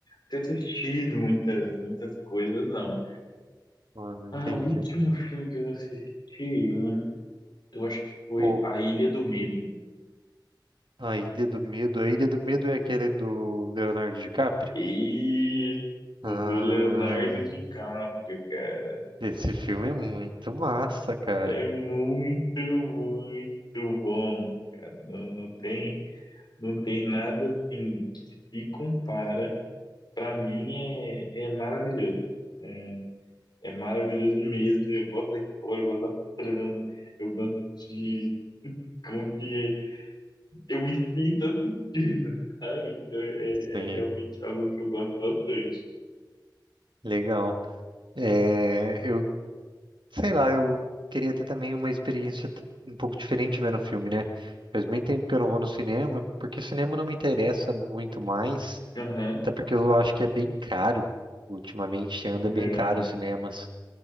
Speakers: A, on the left; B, on the right.
A: tenho assistido muitas, muitas coisas, não.
B: Ah,
A: Ah,
B: entendi.
A: o último filme que eu assisti, eu acho que foi
B: Pô,
A: A Ilha do Medo.
B: A Ilha do Medo. A Ilha do Medo é aquele do Leonardo DiCaprio?
A: E
B: Ah.
A: o do Leonardo DiCaprio, cara.
B: Esse filme é muito massa, cara.
A: É muito, muito bom, cara. Não, não tem, não tem nada assim que se compara. Pra mim é, é maravilhoso. É, é maravilhoso mesmo. Eu gosto da história, eu gosto da trama, eu gosto de como que eu me sinto assistindo, sabe? Então é,
B: Sim,
A: é realmente algo que eu gosto bastante.
B: legal. É, eu, sei lá, eu queria ter também uma experiência t- um pouco diferente vendo o filme, né? Faz muito tempo que eu não vou no cinema, porque cinema não me interessa muito mais,
A: Aham,
B: até porque eu acho que é bem caro. Ultimamente anda
A: é verdade.
B: bem caro os cinemas.